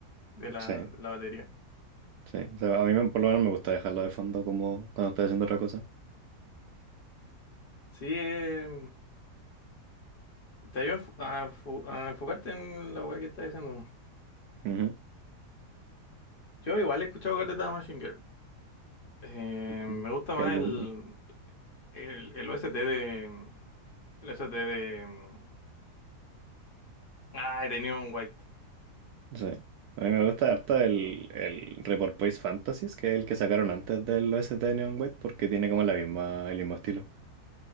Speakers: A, on the left (about 40°); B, on the right (about 75°).
A: de la,
B: Sí,
A: de la batería.
B: sí. O sea, a mí me- por lo menos me gusta dejarlo de fondo como cuando estoy haciendo otra cosa.
A: Sí, eh, te ayuda a, enfo- a enfo- a enfocarte en la weá que estás haciendo.
B: Ujú.
A: Yo igual he escuchado Caleta de Machine Girl. Eh,
B: ¿Qué,
A: me gusta más
B: qué álbum?
A: el, el, el OST de. mm, El OST de. mm, Ah, he tenido un White.
B: Sí. A mí me gusta harto el, el Report Boys Fantasies, que es el que sacaron antes del OST de Neon White, porque tiene como la misma, el mismo estilo.